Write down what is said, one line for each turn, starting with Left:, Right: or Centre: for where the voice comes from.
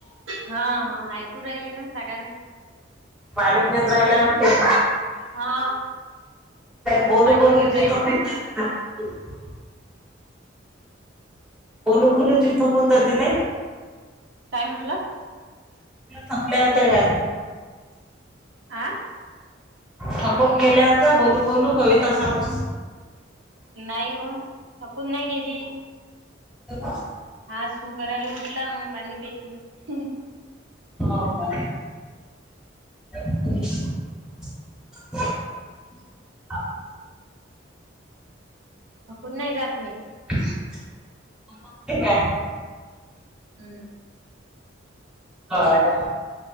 Right: हा हा ऐकू राहिली ना सगळ्यांना
Centre: पाणी पिऊन राहायला वाटते
Right: हा
Centre: बोलू
Right: पाणी
Centre: बोलू
Right: पिऊ
Centre: जीव
Right: राहिली
Centre: तुटतो. <inaudible> बोलू बोलूच जिव थकून जाते नाय.
Right: काय म्हंटला
Centre: थकल्या होत्या काय
Right: आ
Centre: थकून गेल्या होत्या बोलू बोलू कविता सांगू
Right: नाही ओ थकून नाही गेली.
Centre: <unintelligible>
Right: हा सुू करायला उठला मग पाणी प्यायच.
Centre: हो का. <inaudible>
Right: थकून नाही जात मी.
Centre: <unintelligible>
Right: हम्म
Centre: हां हां